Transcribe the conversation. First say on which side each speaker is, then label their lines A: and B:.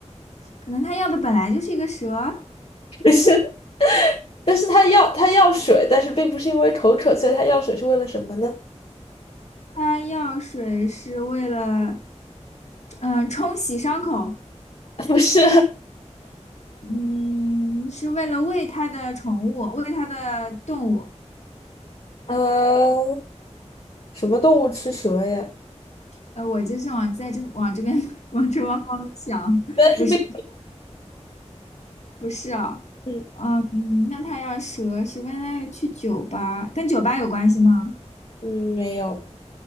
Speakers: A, on the left (about 70°); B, on the left (about 55°).
A: 可能它要的本来就是一个蛇，
B: <laughs> 不是，但是他要他要水，但是并不是因为口渴，所以他要水是为了什么呢？
A: 它要水是为了，嗯、冲洗伤口，
B: <laughs> 不是，
A: 嗯，是为了喂它的宠物，喂它的动物。
B: 呃，什么动物吃蛇呀？
A: 呃，我就是往在这往这边 <laughs> 往这方方面想，
B: 但是被
A: 不是不是哦，
B: 嗯
A: 嗯，那它要蛇是为了去酒吧，跟酒吧有关系吗？
B: 嗯没有